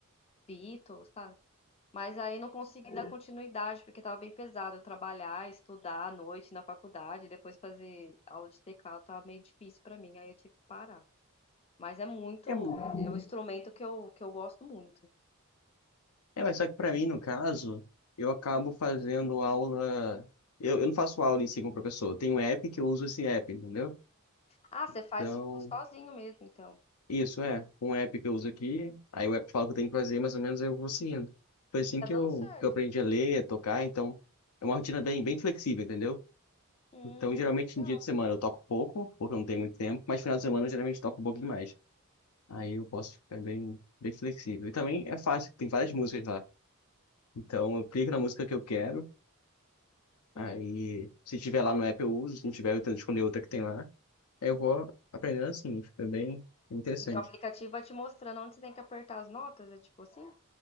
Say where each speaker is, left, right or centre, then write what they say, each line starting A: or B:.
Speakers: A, on the left; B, on the left.
A: Beatles, sabe? Mas aí não consegui dar continuidade, porque tava bem pesado. Eu trabalhar, estudar à noite na faculdade, depois fazer aula de teclado, tava meio difícil pra mim, aí eu tive que parar. Mas é muito,
B: É,
A: é um instrumento que eu, que eu gosto muito.
B: É, mas só que pra mim, no caso, eu acabo fazendo aula. Eu, eu não faço aula em si com o professor. Tem um app que eu uso esse app, entendeu?
A: Ah, você
B: Então,
A: faz tipo sozinho mesmo, então.
B: isso é. Um app que eu uso aqui, aí o app fala o que eu tenho que fazer, mais ou menos aí eu vou seguindo. Foi assim
A: E tá
B: que
A: dando
B: eu,
A: certo.
B: que eu aprendi a ler, a tocar, então é uma rotina bem, bem flexível, entendeu?
A: Hum,
B: Então, geralmente
A: legal.
B: em dia de semana eu toco pouco, porque eu não tenho muito tempo, mas final de semana eu geralmente toco um pouco demais. Aí eu posso ficar bem, bem flexível. E também é fácil, tem várias músicas lá. Então, eu clico na música que eu quero.
A: Hum.
B: Aí, se tiver lá no app, eu uso. Se não tiver, eu tento escolher outra que tem lá. Aí eu vou aprendendo assim. Fica bem interessante.
A: E o aplicativo vai te mostrando onde você tem que apertar as notas, é tipo assim?